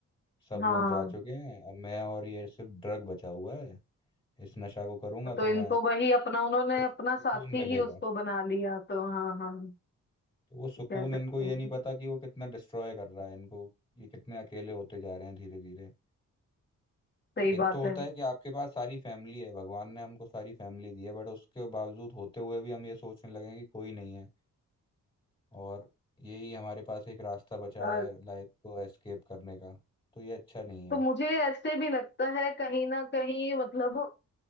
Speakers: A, on the left; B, on the left.
A: सब
B: हाँ
A: लोग जा चुके हैं अब मैं और ये सिर्फ ड्रग बचा हुआ है इस नशा को करूंगा
B: तो
A: तो
B: इनको
A: मैं
B: वही अपना उन्होंने
A: कुछ
B: अपना
A: सुकून
B: साथी
A: मिलेगा
B: ही उसको बना लिया तो हाँ हाँ
A: तो वो सुकून
B: कह सकते
A: इनको ये
B: हैं
A: नहीं पता कि वो कितना डिस्ट्रॉय कर रहा है इनको ये कितने अकेले होते जा रहे हैं धीरे धीरे
B: सही
A: एक
B: बात
A: तो होता
B: है
A: है कि आपके पास सारी फैमिली है भगवान ने हमको सारी फैमिली दी है बट उसके बावजूद होते हुए भी हम ये सोचने लगे हैं कि कोई नहीं है और यही हमारे पास एक रास्ता बचा
B: और
A: है लाइफ को एस्केप करने का तो ये अच्छा नहीं है
B: तो मुझे ऐसे भी लगता है कहीं ना कहीं मतलब